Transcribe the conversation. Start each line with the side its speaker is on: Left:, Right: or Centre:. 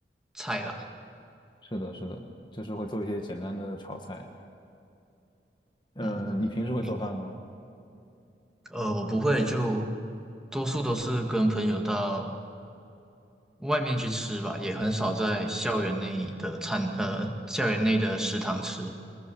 Centre: 菜啦。
Left: 是的，是的，就是会做一些简单的炒菜。嗯、
Centre: 嗯，
Left: 你平时会做饭吗？
Centre: 明呃，我不会，就多数都是跟朋友到外面去吃吧，也很少在校园内的餐呃校园内的食堂吃，